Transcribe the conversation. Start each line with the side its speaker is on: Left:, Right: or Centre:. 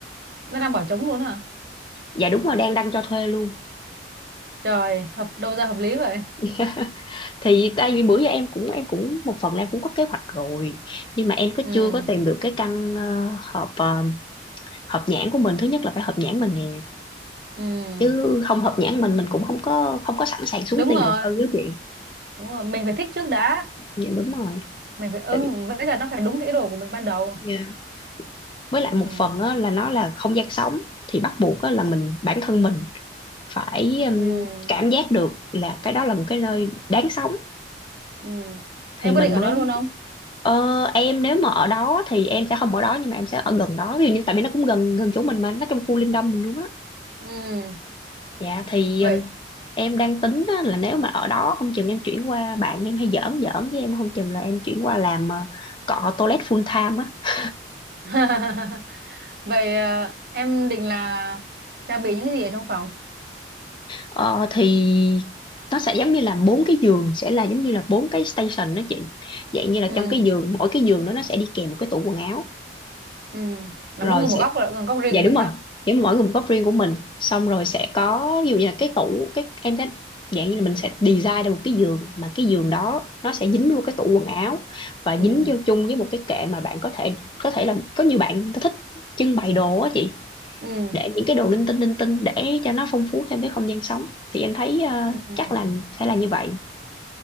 Right: nó đang bỏ trống luôn hả
Left: dạ đúng rồi đang đăng cho thuê luôn
Right: trời hợp đâu ra hợp lý vậy
Left: <laughs> thì tại vì bữa giờ em cũng em cũng một phần là em cũng có kế hoạch rồi nhưng mà em có
Right: ừ
Left: chưa có tìm được cái căn ờ, hợp ờ, hợp nhãn của mình thứ nhất là phải hợp nhãn mình nè
Right: ừ
Left: chứ không hợp nhãn mình mình cũng không có không có sẵn sàng xuống
Right: đúng
Left: tiền
Right: rồi
Left: đầu tư đó chị
Right: đúng rồi mình phải thích trước đã
Left: dạ đúng rồi
Right: mình phải ưng
Left: tại vì
Right: với cả nó phải đúng cái ý đồ của mình ban đầu
Left: dạ. với lại
Right: ừ
Left: một phần á, là nó là không gian sống thì bắt buộc á, là mình bản thân mình phải ừm,
Right: ừ
Left: cảm giác được là cái đó là một cái nơi đáng sống
Right: ừ em
Left: thì
Right: quyết
Left: mình
Right: định ở
Left: mới
Right: đó luôn không
Left: ờ, em nếu mà ở đó thì em sẽ không ở đó nhưng mà em sẽ ở gần đó ví dụ như tại vì nó cũng gần gần chỗ mình mà nó trong khu Linh Đông mình luôn á
Right: ừ
Left: dạ thì
Right: vậy
Left: um, em đang tính á, là nếu mà ở đó không chừng em chuyển qua bạn em hay giỡn giỡn với em không chừng là em chuyển qua làm ờ, cọ toilet full time á
Right: <laughs> vậy ờ, em định là trang bị những cái gì ở trong phòng
Left: Ờ, thì nó sẽ giống như là bốn cái giường sẽ là giống như là bốn cái station đó chị dạng như là
Right: ừ
Left: trong cái giường mỗi cái giường đó nó sẽ đi kèm một cái tủ quần áo
Right: ừ là
Left: rồi
Right: mỗi người
Left: sẽ
Right: một góc rồi, góc riêng
Left: dạ
Right: của
Left: đúng
Right: mình
Left: rồi
Right: đó
Left: nếu mà mỗi người một góc riêng của mình xong rồi sẽ có ví dụ như là cái tủ cái em thấy dạng như là mình sẽ design ra một cái giường mà cái giường đó nó sẽ dính vô cái tủ quần áo và
Right: ừ
Left: dính vô chung với một cái kệ mà bạn có thể có thể là có nhiều bạn thích trưng bày đồ á chị
Right: ừ
Left: để những cái đồ linh tinh linh tinh để cho nó phong phú thêm cái không gian sống thì em thấy ờ,
Right: ừ
Left: chắc là sẽ là như vậy